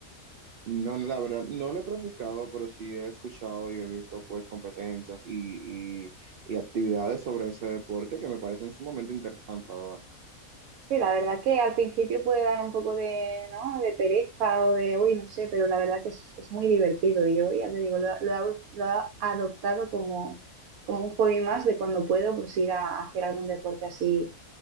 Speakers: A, on the right (about 70°); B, on the right (about 85°).
A: No, la verdad, no lo he practicado, pero sí he escuchado y he visto pues competencias y, y, y actividades sobre ese deporte que me parecen sumamente interesantes, la verdad.
B: Sí, la verdad que al principio puede dar un poco de, ¿no? de pereza o de, uy, no sé, pero la verdad que es, es muy divertido. Y yo ya te digo, lo, lo, he ado- lo he adoptado como, como un hobby más de cuando puedo pues ir a hacer algún deporte así